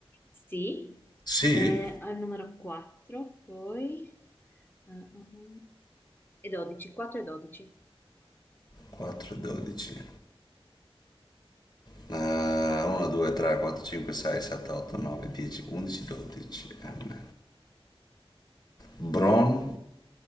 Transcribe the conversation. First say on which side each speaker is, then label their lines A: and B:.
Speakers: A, on the left (about 20°); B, on the left (about 45°).
A: Sì.
B: Sì.
A: Eh, al numero 4, poi... eh, eh, eh, E 12, 4 e 12.
B: 4, 12. 1, 2, 3, 4, 5, 6, 7, 8, 9, 10, 11, 12. M. Bron.